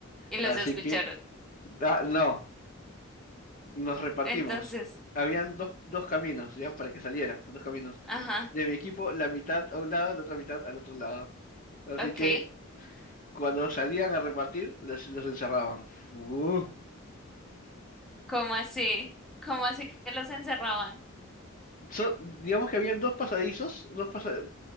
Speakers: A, in the centre; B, on the left (about 40°).
A: los
B: Así
A: escucharon.
B: que, ah, no, nos repartimos.
A: Entonces,
B: Habían dos, dos caminos, ya, para que salieran, dos caminos.
A: ajá,
B: De mi equipo, la mitad a un lado, la otra mitad al otro lado. Así
A: ok.
B: que Cuando salían a repartir, les- los encerraban. Fu.
A: ¿Cómo así? ¿Cómo así que los encerraban?
B: So- digamos que habían dos pasadizos, dos, pasa-